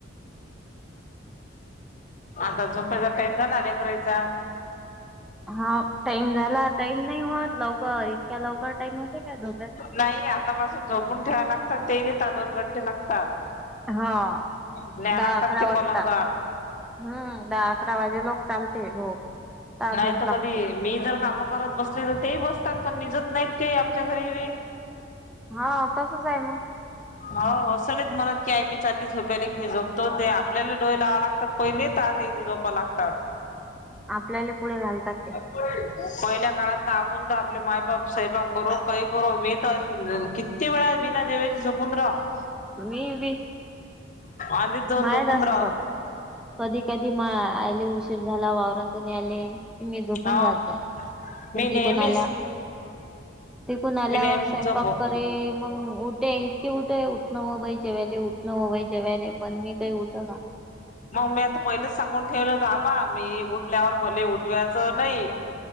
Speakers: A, on the left; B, in the centre.
A: आता झोपयचा टाइम झाला लेकरायचा.
B: हा टाईम झाला टाईम नाही होत. लवकर इतक्या लवकर टाईम होते का जोपायचा.
A: नाही आतापासून झोपूण ठेवाय लागतात. तेईला दोन घंटे लागतात.
B: हा.
A: न्याय
B: दहा
A: लागतात
B: अकरा
A: ते
B: वाजतात.
A: पलंगावर.
B: हम्म दहा आकरा वाजे‌ लोकं चालते झोप. ता
A: नाही
B: झोप
A: तर
B: लागते
A: कधी. मी जर काम करत बसली ते बसतात. पण निजत नाहीत आमच्या घरी रे.
B: हा तसंच आहे मग.
A: हो असं नाहीत म्हणत की मी चालली झोप्याले. की मी जोपतो ते आपल्याला डोळे लावायला. पहिले ताते इत झोपा लागतात.
B: आपल्याला पुढे घालतात ते.
A: <unintelligible> पहिल्या काळात आपून तर आपले मायबाप स्वयंपाक करो. काही करो मी तर कि, किती वेळा बीना जेवाचे झोपून राहू.
B: मी बी
A: आधीच जाऊन
B: मायडसा
A: झोपून राह
B: सारखा. कधी कधी मा आले उशीर झाला वावरातून याले. कि मी झोपून
A: हो
B: जात
A: मी
B: मग
A: नेहमीच
B: तिकून आल्यावर. तिकून आल्यावर
A: मी नेहमीच
B: स्वयंपाक
A: झोपो
B: करेल. मग उठे इतके उठ आहे उठणं हो बाई जेवले. उठणं हो बाई जेवायला पण मी काही उठे ना.
A: मग मी आता पहिलेच सांगून ठेवलं होतं. आबा मी उठल्यावर मले उठवायचं नाही.